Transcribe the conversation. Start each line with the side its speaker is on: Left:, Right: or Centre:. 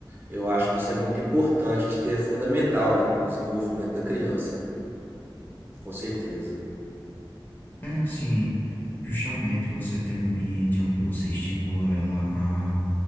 Right: Eu acho que isso é muito importante, acho que é fundamental ali pro desenvolvimento da criança, com certeza.
Left: É assim, justamente você ter um ambiente onde você estimula ela a